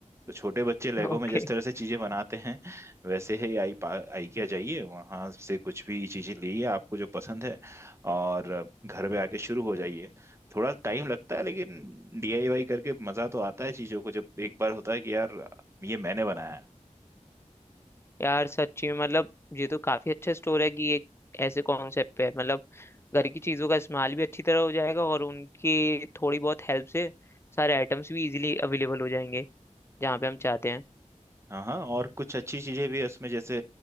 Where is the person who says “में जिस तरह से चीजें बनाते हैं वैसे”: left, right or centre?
Right